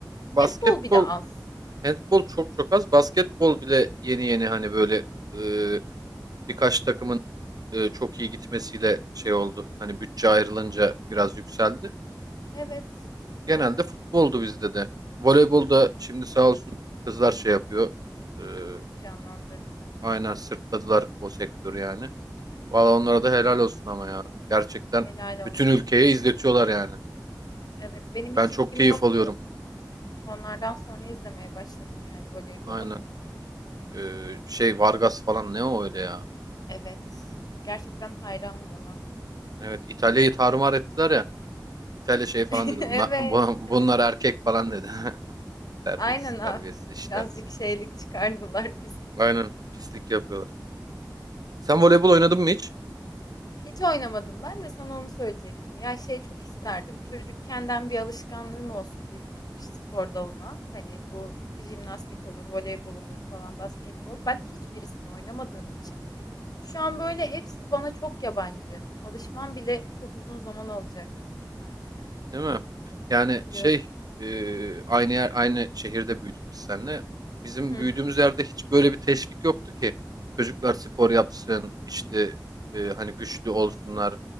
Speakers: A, on the right; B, on the left.
A: basketbol,
B: Handbol bile az.
A: handbol çok çok az. Basketbol bile yeni yeni hani böyle e, birkaç takımın e, çok iyi gitmesiyle şey oldu. Hani bütçe ayrılınca biraz yükseldi.
B: Evet,
A: Genelde
B: doğru.
A: futboldu bizde de. Voleybolda şimdi sağ olsun kızlar şey yapıyor. Ee,
B: Canlandırdı.
A: aynen sırtladılar o sektörü yani. Valla
B: Hı hı.
A: onlara da helal olsun ama ya. Gerçekten
B: Helal
A: bütün
B: olsun.
A: ülkeye izletiyorlar yani.
B: Evet, benim hiç
A: Ben çok
B: ilgim
A: keyif
B: yoktu.
A: alıyorum.
B: Onlardan sonra izlemeye başladım yani voleybolu.
A: Aynen. Ee, şey Vargas falan ne o öyle ya.
B: Evet. Gerçekten hayranım ona.
A: Evet İtalya'yı tarumar ettiler ya. İtalya şey falan
B: <laughs>
A: dedi.
B: Evet,
A: Bunlar, <laughs> bu-
B: evet.
A: bunlar erkek falan dedi. <laughs> Terbiyesiz
B: Aynen
A: terbiyesiz
B: ha.
A: işler.
B: Birazcık şeylik çıkardılar, pislik.
A: Aynen pislik yapıyorlar. Sen voleybol oynadın mı hiç?
B: Hiç oynamadım. Ben de sana onu söyleyecektim. Ya şey çok isterdim. Çocukkenden bir alışkanlığım olsun bir fut- spor dalına. Hani bu jimnastik olur, voleybol olur falan, basketbol. Ben hiçbirisini oynamadığım için şu an böyle hepsi bana çok yabancı. Alışmam bile çok uzun zaman alacak artık.
A: Değil mi? Yani
B: Üzülüyorum.
A: şey e, aynı yer aynı şehirde büyüdük biz seninle. Bizim
B: Hı
A: büyüdüğümüz
B: hı.
A: yerde hiç böyle bir teşvik yoktu ki. Çocuklar spor yapsın işte e, hani güçlü olsunlar